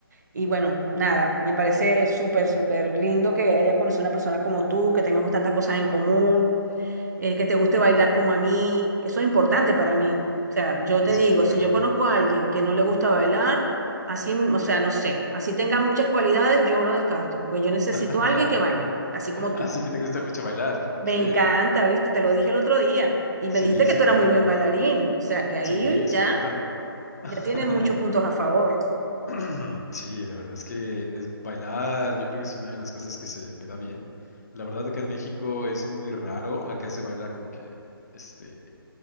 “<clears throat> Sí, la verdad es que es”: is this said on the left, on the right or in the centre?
Left